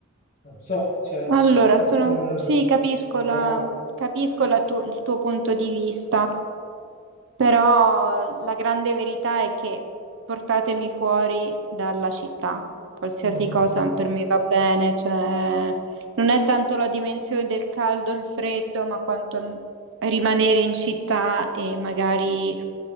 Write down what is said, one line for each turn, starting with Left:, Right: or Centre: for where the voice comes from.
Left: non so, cioè,
Right: Allora,
Left: forse
Right: sono...
Left: Nord
Right: sì, capisco
Left: Europa.
Right: la- capisco la tu- il tuo punto di vista. Però la grande verità è che portatemi fuori dalla città, qualsiasi
Left: Mm, mm,
Right: cosa
Left: mm.
Right: per me va bene, cioè non è tanto la dimensione del caldo, il freddo, ma quanto n- rimanere in città e magari